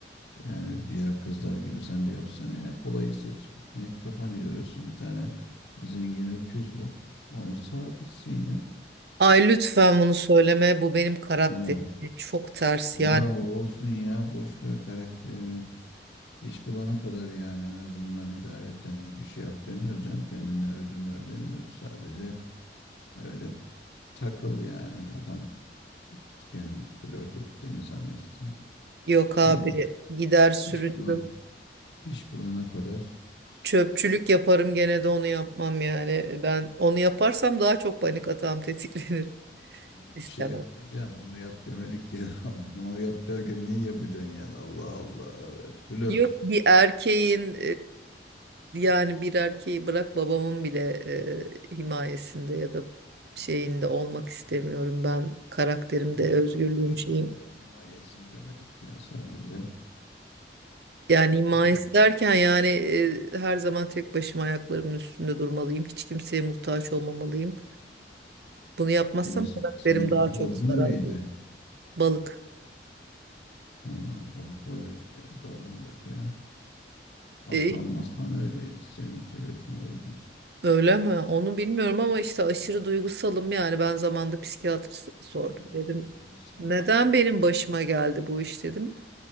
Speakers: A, on the left; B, on the right.
A: Yani diğer kızlar gibi sen de yapsana ya kolayı seç. Ne kafanı yoruyorsun? Bir tane zengin öküz bul. Onu sağ gitsin ya.
B: Ay lütfen bunu söyleme. Bu benim karakterim.
A: Ya,
B: Çok ters
A: Yani
B: yani.
A: ya o olsun ya boş ver karakterini. İş bulana kadar yani en azından idareten bir şey yap demiyoruz canım. Kendine ödün ver demiyoruz. Sadece öyle takıl yani. Adam kendi flört ettiğini zannetsin.
B: Yok
A: Sen
B: abi
A: de
B: gider sürünürüm.
A: iş bulan, iş bulana kadar
B: Çöpçülük yaparım gene de onu yapmam yani. Ben onu yaparsam daha çok panik atağım <laughs> tetiklenir.
A: ya
B: İstemem.
A: bir şey yapmayacaksın. Onu yap demedik ya. <laughs> Bir de Onu yap derken neyi yapacaksın yani? Allah Allah. Flört.
B: Yok bir erkeğin e, yani bir erkeği bırak babamın bile e, himayesinde ya da şeyinde olmak istemiyorum. Ben karakterimde
A: Himaye
B: özgürlüğüm
A: değil
B: şeyim.
A: canım. Himayesini demedik ya sadece.
B: Yani himayesi
A: Ne bileyim.
B: derken yani e, her zaman tek başıma ayaklarımın üstünde durmalıyım. Hiç kimseye muhtaç olmamalıyım. Bunu yapmazsam
A: gibisin.
B: karakterim
A: Senin
B: daha çok
A: burcun
B: zarar
A: neydi?
B: görür. Balık.
A: Vallahi balıklar öyle mi davranıyordu ya? Aslan
B: E,
A: maslan öyleydi senin söylediğine uygun.
B: öyle mi? Onu bilmiyorum ama işte aşırı duygusalım yani. Ben zamanında psikiyatriste sordum.
A: Ha, doğru
B: Dedim
A: duygusal
B: neden
A: balıklar
B: benim başıma
A: balık-
B: geldi bu iş dedim.